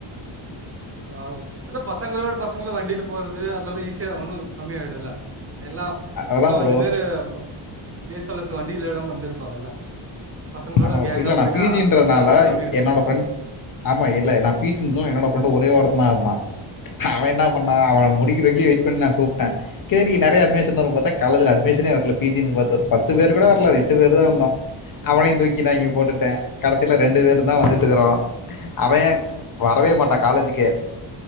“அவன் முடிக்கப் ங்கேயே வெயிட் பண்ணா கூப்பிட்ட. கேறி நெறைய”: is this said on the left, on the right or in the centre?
Left